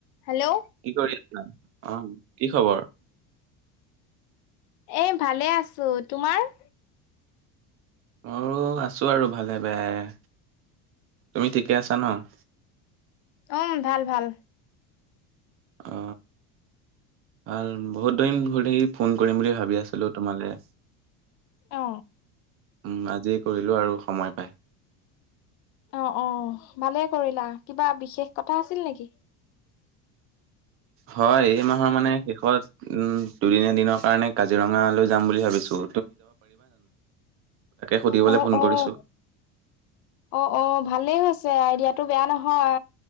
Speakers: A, on the left; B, on the right.
A: Hello,
B: কি কৰি আছিলা? অ, কি খবৰ?
A: এ, ভালে আছোঁ, তোমাৰ?
B: ময়ো আছোঁ আৰু ভালে বেয়া। তুমি ঠিকে আছা ন'?
A: উম, ভাল ভাল।
B: অ, ভাল বহুত দিন ধৰি ফোন কৰিম বুলি ভাবি আছিলোঁ, তোমালে। উম,
A: অ
B: আজিয়ে কৰিলোঁ, আৰু সময় পাই।
A: অ, অ, ভালে কৰিলা, কিবা বিশেষ কথা আছিল নেকি?
B: হয়, এই মাহৰ মানে শেষত উ দুদিন এদিনৰ কাৰণে কাজিৰঙালৈ যাম বুলি ভাবিছোঁ। সুধিবলৈ
A: অহ,
B: ফোন
A: অহ।
B: কৰিছো।
A: অ, অ, ভালেই হৈছে আইডিয়া টো বেয়া নহয়,